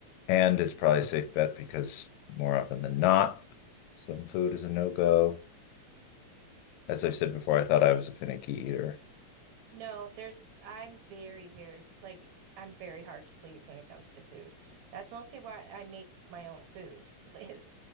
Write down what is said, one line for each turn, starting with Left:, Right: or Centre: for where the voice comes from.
Left: and it's probably a safe bet because more often than not, some food is a no-go. As I've said before, I thought I was a finicky eater.
Right: No, there's I'm very, very like I'm very hard to please when it comes to food. That's mostly why I make my own food. <laughs> Is